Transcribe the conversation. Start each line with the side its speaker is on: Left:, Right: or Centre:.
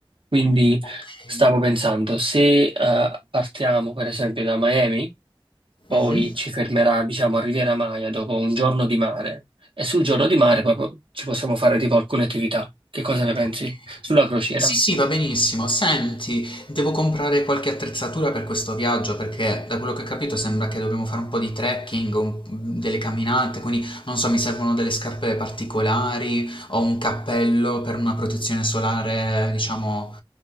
Right: Quindi
Left: Ok.
Right: stavo pensando, se eh, partiamo per esempio da Miami, poi
Left: Mhm.
Right: ci fermerà, diciamo, a Riviera Maya dopo un giorno di mare e sul giorno di mare proprio ci possiamo fare tipo alcune attività. Che cosa ne pensi?
Left: Ok.
Right: Sulla crociera.
Left: Sì, sì, va benissimo. Senti, devo comprare qualche attrezzatura per questo viaggio perché da quello che ho capito sembra che dobbiamo fare un po' di trekking, un- delle camminate, quindi non so, mi servono delle scarpe particolari o un cappello per una protezione solare, diciamo,